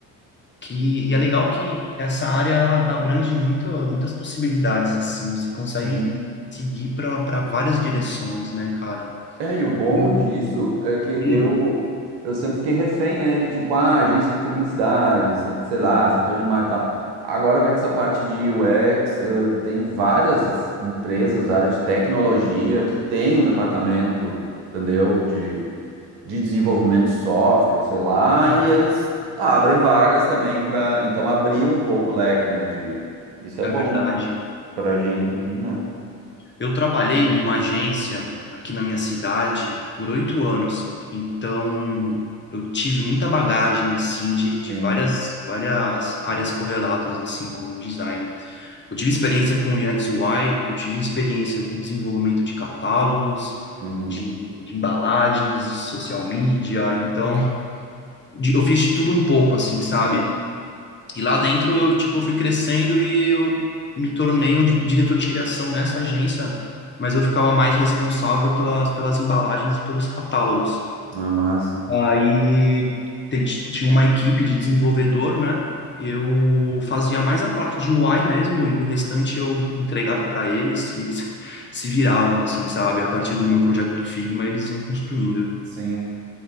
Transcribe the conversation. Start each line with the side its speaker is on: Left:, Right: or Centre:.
Left: que, e é legal que essa área ela abrange muita, muitas possibilidades, assim, né? você consegue
Right: Sim.
Left: seguir para para várias direções, né, cara?
Right: É, e o bom
Left: Eu...
Right: disso
Left: Hum,
Right: é que
Left: hum,
Right: eu, eu sempre fiquei refém, né? De tipo, ah, agência de publicidade, se- sei lá, setor de marketing e tal. Agora vê que essa parte de UX, eh, tem várias empresas da área de tecnologia que tem um departamento, entendeu? De, de desenvolvimento de software, sei lá,
Left: sim,
Right: e eles abrem vagas também para. Então abriu um pouco o leque, né? De, isso é
Left: é
Right: bom
Left: verdade.
Right: pra gente, assim, né?
Left: Eu trabalhei numa agência aqui na minha cidade por oito anos, então eu tive muita bagagem assim de, de
Right: Sim.
Left: várias várias áreas correlatas assim com o design. Eu tive experiência com UX UI, eu tive experiência com desenvolvimento de catálogos,
Right: Uhum.
Left: de, de embalagens, de social media, então de- eu fiz de tudo um pouco assim, sabe?
Right: Sim.
Left: E lá dentro eu, tipo, fui crescendo e eu me tornei um di- diretor de criação nessa agência, mas eu ficava mais responsável pelas, pelas embalagens e pelos catálogos.
Right: Não é massa.
Left: Aí te- tinha uma equipe de desenvolvedor, né? Eu fazia mais a parte de UI mesmo e o restante eu entregava para eles e eles <laughs> se viravam, assim, sabe? A partir do meu projeto do Figma, eles iam construindo.
Right: Sim.